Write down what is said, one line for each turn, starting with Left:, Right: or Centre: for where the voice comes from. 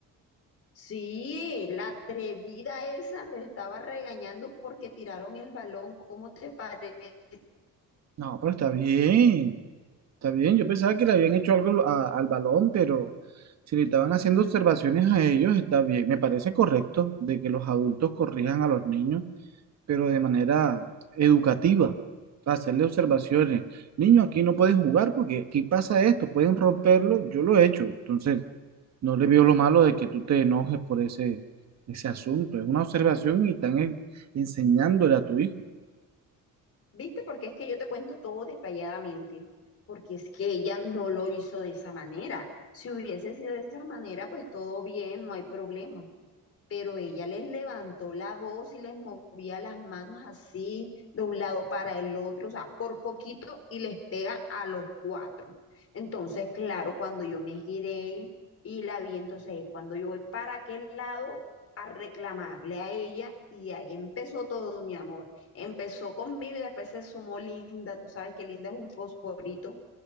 Left: Sí, la atrevida esa lo estaba regañando porque tiraron el balón. ¿Cómo te parece?
Right: No, pero está bien, está bien. Yo pensaba que le habían hecho algo a- al balón, pero si le estaban haciendo observaciones a ellos, está bien. Me parece correcto de que los adultos corrijan a los niños. pero de manera educativa. O sea, hacerle observaciones. Niño, aquí no puedes jugar porque aquí pasa esto, pueden romperlo, yo lo he hecho. Entonces, no le veo lo malo de que tú te enojes por ese, ese asunto. Es una observación y están en- enseñándole a tu hijo.
Left: ¿Viste? Porque es que yo te cuento todo detalladamente. Porque es que ella no lo hizo de esa manera. Si hubiese sido de esa manera, pues todo bien, no hay problema. pero ella les levantó la voz y les movía las manos así de un lado para el otro, o sea, por poquito y les pega a los cuatro. Entonces, claro, cuando yo me giré y, la vi, entonces es cuando yo voy para aquel lado a reclamarle a ella y ahí empezó todo, mi amor. Empezó conmigo y después se sumó Linda, tú sabes que Linda es un fosforito